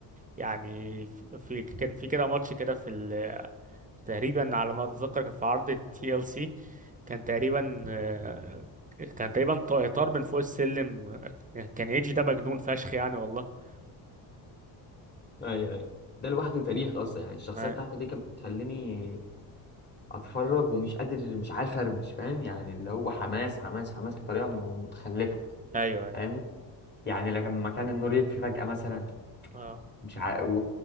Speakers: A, on the right; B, on the left.
A: يعني في في- كان في كده ماتش كده في ال- تقريبا على ما أتذكر كان في عرض تي ال سي كان تقريبا آه، كان تقريبا طا- طار من فوق السلم كان ايجي ده مجنون فشخ يعني والله
B: اي اي ده لوحده تاريخ اصلا يعني الشخصيه
A: آه،
B: بتاعته دي كانت بتخليني اتفرج ومش قادر مش عارف ارمش فاهم يعني اللي هو حماس حماس حماس بطريقه متخلفه
A: ايوه ايوه
B: فاهمني يعني لما كان النور يطفي فجأة مثلا
A: اه
B: مش عارف